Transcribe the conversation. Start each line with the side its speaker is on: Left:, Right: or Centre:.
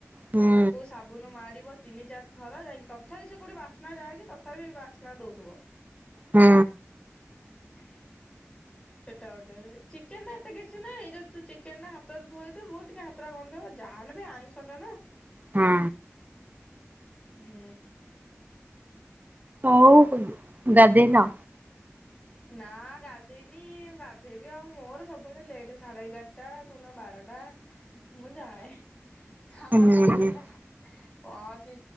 Right: ହୁଁ
Left: ତାକୁ ସାବୁନ ମାରିବ ତିନି ଚାରି ଥର ଯାଇକି ତଥାପି ସେ କୋଉଠି ବାସ୍ନା ଯାଏକି ତଥାପି ବାସ୍ନା। ହୋଉଥିବ।
Right: ହୁଁ।
Left: ହ। ସେଟା ଗୋଟେ ଚିକେନ ଟା ଏତେ କିଛି ନହିଁ ଯଦି ତୁ ଚିକେନ ଟା ହାତରେ ଧୋଇଦବୁ ‌ଟିକେ ହାତଟା ଗନ୍ଧେଇବ। ଯାହା‌ ହେଲେ ବି ଆଇଁଷଟା ନା।
Right: ହୁଁ
Left: ହୁଁ।
Right: ହଉ ଗାଧେଇନ।
Left: ନା ଗାଧେଇନି ଗାଧେଇବି ଆଉ ମୋର ସବୁବେଳେ ଲେଟ ସାଢେ ଏଗାରଟା କୋଉ ଦିନ ବାରେ ଟା ମୁଁ ଜାଏ ଆମେ
Right: ହୁଁ
Left: ଆମ ଝିଅ ପିଲା। କଁ ଅଛି